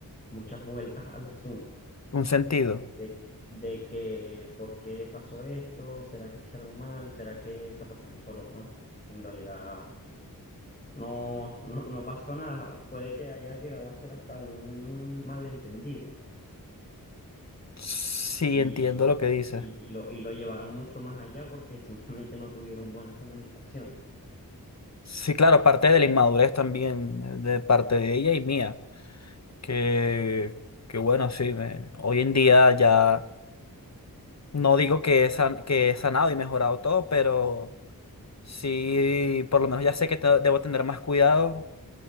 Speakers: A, on the left; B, on the left.
A: muchas vueltas al asunto.
B: un sentido.
A: De, de que, ¿por qué pasó esto? ¿Será que hice algo mal? ¿Será que esa persona hizo algo mal? En realidad no, no, no pasó nada. Puede que haya llegado a ser hasta un malentendido
B: Sí,
A: y,
B: entiendo lo que dices.
A: y, y lo, y lo llevaron mucho más allá porque simplemente no tuvieron buena comunicación.
B: Sí, claro, parte de la inmadurez también, eh, de parte de ella y mía, que, que bueno, sí, me- hoy en día ya no digo que he, san- que he sanado y mejorado todo, pero sí, por lo menos ya sé que te- debo tener más cuidado